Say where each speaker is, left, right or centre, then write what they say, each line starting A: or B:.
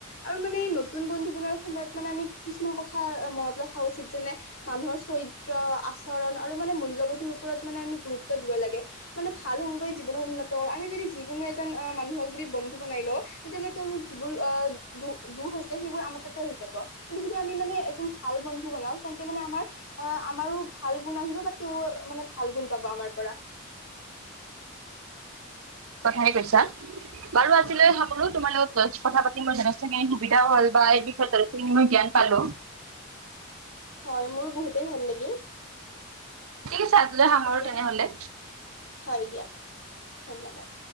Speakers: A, on the left (about 65°); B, on the right (about 80°).
A: আৰু মানে নতুন বন্ধু বনোৱাৰ সময়ত মানে আমি কিছুমান কথা মনত ৰখা উচিত যেনে মানুহৰ চৰিত্ৰ আচৰণ আৰু মানে মূল্যবোধৰ ওপৰত মানে আমি গুৰুত্ব দিব লাগে। মানে ভাল সংগই জীৱনৰ উন্নত আমি যদি যিকোনো এজন মানুহক যদি বন্ধু বনাই লওঁ তেন্তে মানে তেওঁৰ <unintelligible> বোৰ <unintelligible> আমাৰ তাতে আহি যাব। কিন্তু যদি আমি মানে এজন ভাল বন্ধু বনাওঁ তেন্তে মানে আমাৰ অ' আমাৰো ভাল গুণ আহিব বা তেওঁ মানে ভাল গুণ পাব আমাৰ পৰা।
B: কথাই কৈছা বাৰু আজিলৈ সামৰো তোমাৰ লগত কথা পাতিম বাৰু যথেষ্টখিনি সুবিধাও হ'ল বা যঠেষ্ট খিনি মই জ্ঞান পালো।
A: হয় মোৰো বহুতেই ভাল লাগিল।
B: ঠিক আছে আজিলে সামৰো
A: দিয়া
B: তেনেহলে।
A: হয় দিয়া, ধন্যবাদ।